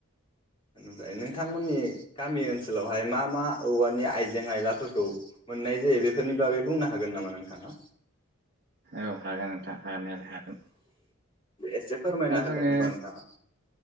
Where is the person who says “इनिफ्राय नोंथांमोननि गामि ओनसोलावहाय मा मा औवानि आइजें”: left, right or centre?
Left